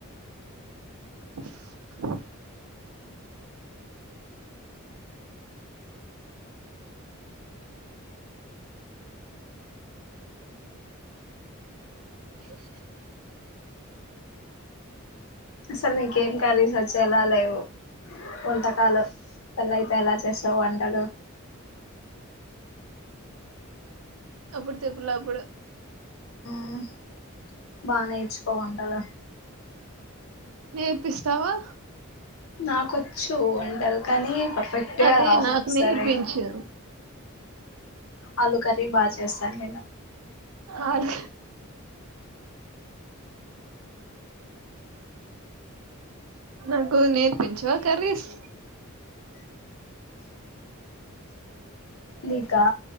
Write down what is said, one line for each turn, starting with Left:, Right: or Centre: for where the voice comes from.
Right: ఆ హె హె హె
Left: అసలు నికేం కర్రీస్ వాచ్ తెల లేవు వంటకాలు పెళ్లి అయితే ఎలా చేస్తావు వంటలు
Right: అప్పుడు తిప్పులప్పుడు
Left: హుం బానేచ్చు బోండాల
Right: నేర్పిస్తావా
Left: నాకొచ్చు వంటల్ కానీ పర్ఫెక్ట్ గా
Right: అదే
Left: రావు
Right: నాకు
Left: సరే
Right: నేర్పించు
Left: ఆలు కర్రీ బా చేస్తా నేను
Right: అల్ నాకు నేర్పించవా కర్రీస్
Left: నీకా